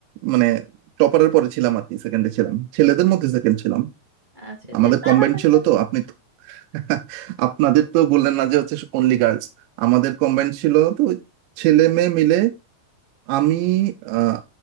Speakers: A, on the right; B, on the right.
A: মানে টপারের পরে ছিলাম আর কি সেকেন্ডে ছিলাম ছেলেদের মধ্যে সেকেন্ড ছিলাম
B: আচ্ছা আচ্ছা
A: আমাদের
B: তাহলে
A: কম্বাইন ছিল
B: তো
A: তো আপনি তো- <laughs> আপনাদের তো বললেন না যে হচ্ছে অনলি গার্লস আমাদের কম্বাইন ছিল তো ওই ছেলে মেয়ে মিলে আমি আহ,